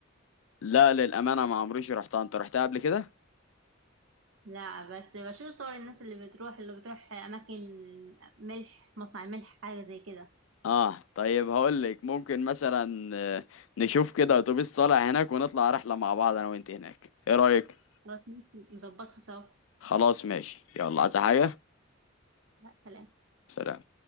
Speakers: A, on the left; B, on the right.
A: لا للامانه ما عمريش رحتها انت رحتها قبل كده
B: لا بس بشوف صور الناس اللي بتروح اللي بتروح اماكن ملح مصنع ملح حاجة زي كده
A: اه طيب هقول لك ممكن مثلا آه، نشوف كده اتوبيس طالع هناك ونطلع رحله مع بعض انا وانت هناك ايه رايك
B: خلاص ماشي نظبطها سوا
A: خلاص ماشي يلا عايز حاجه
B: لا كلام
A: سلام